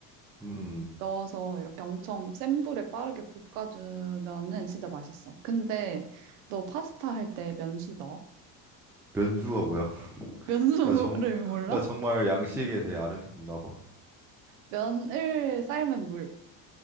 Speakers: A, in the centre; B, on the right.
A: 음, 음.
B: 넣어서 이렇게 엄청 센 불에 빠르게 볶아주면은 진짜 맛있어. 근데 너 파스타 할 때 면수 넣어?
A: 면수가 뭐야? <laughs>
B: 면수를
A: 나 정,
B: 몰라?
A: 나 정말 양식에 대해 아는 게 없나 봐.
B: 면을 삶은 물.